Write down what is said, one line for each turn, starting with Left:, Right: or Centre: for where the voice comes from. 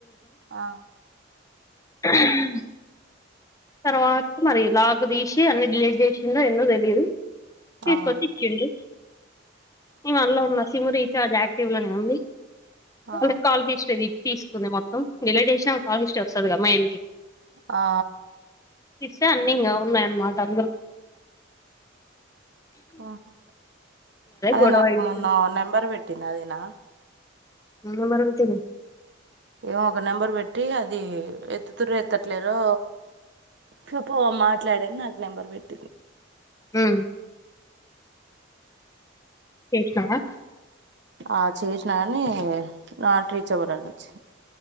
Right: ఆ
Left: <unintelligible> తర్వాత మరి లాక్ తీసి అన్ని డిలీట్ చేసిందో ఏందో తెలియదు తీసుకొచ్చి
Right: ఆ
Left: ఇచ్చిండు ఇంగ అందులో ఉన్న సిమ్ రీఛార్జ్ యక్టివ్ లోనే ఉంది
Right: ఆ
Left: అ కాలు తీస్ది తీసుకు మొం డిలైటేన్ చాల హ ఇస్ట్ వస్తుంది కమ్ల్
Right: ఆ
Left: తీస్తే అన్ని ఇంగ ఉన్నాయి అనమాట అందరకి
Right: ఓహో అదే
Left: గొడవ
Right: నాకు
Left: అయితుంది
Right: మొన్న నెంబర్ పెట్ తిన్నాదేనా
Left: ఆ నెంబర్ ఎంతనే
Right: ఏమో ఒక నెంబర్ పెట్టి అది ఎత్తుతురు ఎత్తట్లేరో చెప్పు మాట్లాడను నా నెంబర్ పెడితి
Left: హు చేసినవా
Right: ఆ చేసినా కాని నాట్ రీచబుల్ అని వచ్చింది